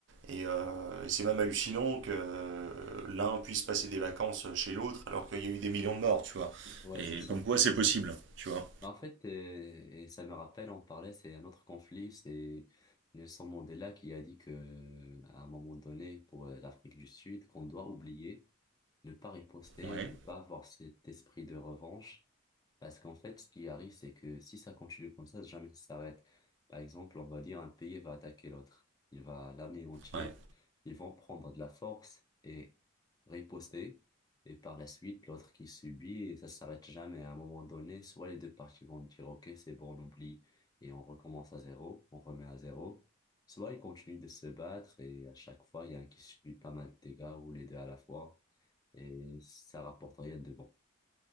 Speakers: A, on the right (about 55°); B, on the left (about 20°).
A: Et euh, c'est même hallucinant que euh, l'un puisse passer des vacances chez l'autre alors qu'il y a eu des millions de morts, tu vois.
B: Ouais,
A: Et
B: c'est ça,
A: comme quoi
B: exactement.
A: c'est possible, tu vois.
B: Bah, En fait, euh, et ça me rappelle, on parlait, c'est un autre conflit, c'est Nelson Mandela qui a dit que, à un moment donné, pour euh, l'Afrique du Sud, qu'on doit oublier. Ne pas riposter,
A: Ouais,
B: ne pas avoir cet esprit de revanche. Parce qu'en fait, ce qui arrive, c'est que si ça continue comme ça, jamais ça s'arrête. Par exemple, on va dire un pays va attaquer l'autre. Il va l'anéantir.
A: ouais.
B: Ils vont prendre de la force et riposter. Et par la suite, l'autre qui subit, et ça s'arrête jamais. À un moment donné, soit les deux parties vont dire, OK, c'est bon, on oublie et on recommence à zéro, on remet à zéro. Soit ils continuent de se battre et à chaque fois, il y a un qui subit pas mal de dégâts ou les deux à la fois et ça rapporte rien de bon.